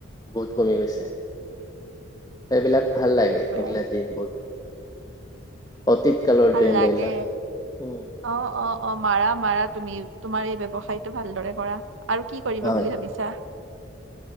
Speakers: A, on the left; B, on the right.
A: বহুত কমি গৈছে, সেইবিলাক ভাল
B: সেইটোৱে
A: লাগে সেইবিলা দিনবোৰ। অতীত কালৰ
B: ভাল
A: দিনবিলাক
B: লাগে।
A: উম
B: অ', অ', অ' মাৰা মাৰা তুমি তোমাৰ এই ব্যৱসায়টো ভালদৰে কৰা। আৰু কি কৰিবা
A: হয়
B: বুলি ভাবিছা?